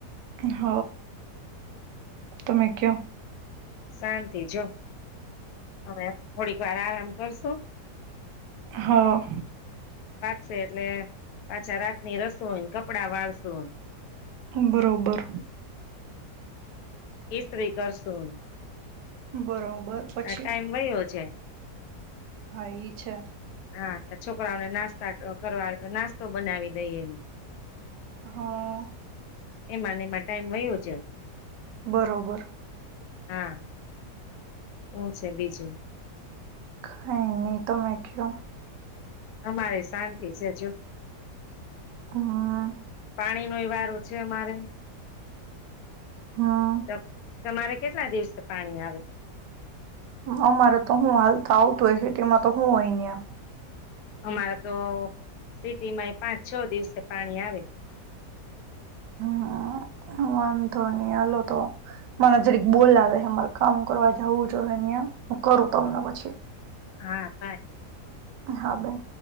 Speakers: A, on the right; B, on the left.
A: હ તમે ક.
B: શાંતિ જો હવે થોડીક વાર આરામ કરશું.
A: હા.
B: છે એટલે પાછા રાતની રસોઈ ને કપડા વાળસો.
A: બરોબર.
B: ત્રી કરશું.
A: બરોબર પછી
B: આ ટાઈમ વયયો જાય.
A: હા, એઈ છે.
B: હા, છોકરાઓને નાસ્તા ક-કરવાય તો નાસ્તો બનાવી દઈ એમ.
A: હા.
B: એમાંને એમાં ટાઈમ વયો છે.
A: બરોબર.
B: હા. હું છે બીજું?
A: ખા નહીં તો નાખ્યું.
B: અમારે શાંતિ છે જો.
A: હા.
B: ણી નો વારો છે અમારે.
A: હમ
B: પર તમારે કેટલા દિવસે પાણી આવે?
A: અમારે તો હું હાલ તો આવતું હોય હેટલે માં તો હું હહિયા.
B: અમારા તો સિટીમાં એ પાંચ છ દિવસે પાણી આવે.
A: હમ વાંધો નહી. હાલો તો. મને જરીક બોલાવે હ. મારે કામ કરવા જવું જો હું કરું તમને પછી.
B: હા, બાય.
A: એ હા બા.